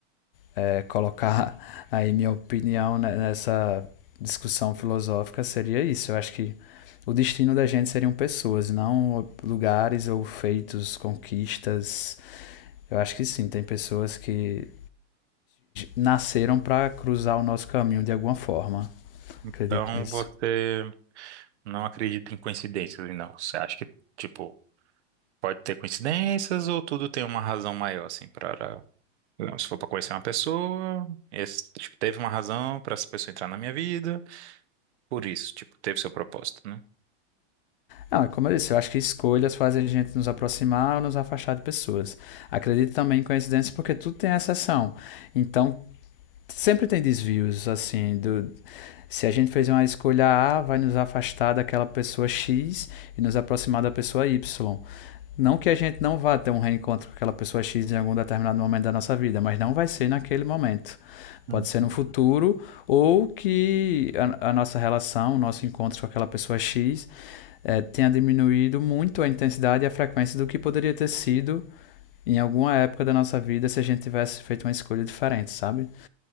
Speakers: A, on the left; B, on the right.
A: é, colocar <laughs> aí minha opinião nessa discussão filosófica, seria isso. Eu acho que o destino da gente seriam pessoas, não lugares ou feitos, conquistas. Eu acho que sim, tem pessoas que nasceram para cruzar o nosso caminho de alguma forma.
B: Então
A: Acredito nisso.
B: você não acredita em coincidências, não. Você acha que, tipo, pode ter coincidências ou tudo tem uma razão maior, assim, para. Não, Se for para conhecer uma pessoa, esse- tipo, teve uma razão para essa pessoa entrar na minha vida. Por isso, tipo, teve seu propósito, né?
A: Não, é como eu disse, eu acho que escolhas fazem a gente nos aproximar ou nos afastar de pessoas. Acredito também em coincidências porque tudo tem exceção. Então, sempre tem desvios, assim, do, se a gente fez uma escolha A, vai nos afastar daquela pessoa X e nos aproximar da pessoa Y. Não que a gente não vá ter um reencontro com aquela pessoa X em algum determinado momento da nossa vida, mas não vai ser naquele momento. Pode
B: Uhum.
A: ser no futuro, ou que a, a nossa relação, o nosso encontro com aquela pessoa X é, tenha diminuído muito a intensidade e a frequência do que poderia ter sido em alguma época da nossa vida se a gente tivesse feito uma escolha diferente, sabe?